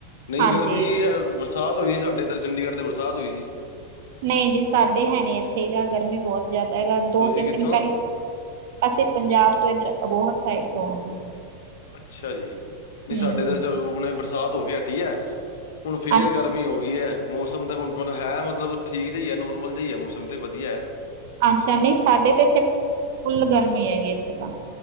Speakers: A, on the left; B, on the right.
A: ਨ‌ਈ,
B: ਹਾਂਜੀ।
A: ਗਰਮੀ ਗ ਬਰਸਾਤ ਹੋਈ ਸੀ। ਸਾਡੇ ਇੱਧਰ ਚੰਡੀਗੜ੍ਹ ਤੇ ਬਰਸਾਤ ਹੋਈ ਸੀ।
B: ਨ‌ਈ ਜੀ, ਸਾਡੇ ਹੈ ਨੀ ਇੱਥੇ ਗ ਗਰਮੀ ਬਹੁਤ ਜ਼ਿਆਦਾ ਹੈਗਾ। ਦੋ,
A: ਤੁਸੀਂ
B: ਤਿੰਨ
A: ਕਿੱਥੋਂ
B: ਦਿਨ ਪਹਿਲ ਅਸੀਂ ਪੰਜਾਬ ਤੋਂ ਇਧਰ ਅਬੋਹਰ ਸਾਈਡ ਤੋਂ ਹਾਂ ਜੀ।
A: ਅੱਛਾ ਜੀ। ਨ‌ਈ,
B: ਹਮ
A: ਸਾਡੇ ਤਾਂ ਚ ਹੁਣੇ ਬਰਸਾਤ ਹੋ ਕੇ ਹਟੀ ਐ। ਹੁਨ ਫੇਰ
B: ਅੱਛ
A: ਗਰਮੀ ਹੋ ਗਈ ਐ। ਮੌਸਮ ਤਾਂ ਹੁਨ <unintelligible> ਹੈ ਮਤਲਬ ਠੀਕ ਜ‌ਆ ਈ ਐ। ਨੋਰਮਲ ਜ‌ਆ ਐ ਮੌਸਮ ਤੇ ਵਧੀਆ ਐ।
B: ਅੱਛਾ। ਨ‌ਈ, ਸਾਡੇ ਤਾਂ ਇੱਥੇ ਫੁੱਲ ਗਰਮੀ ਹੈਗੀ ਇੱਥੇ ਤਾਂ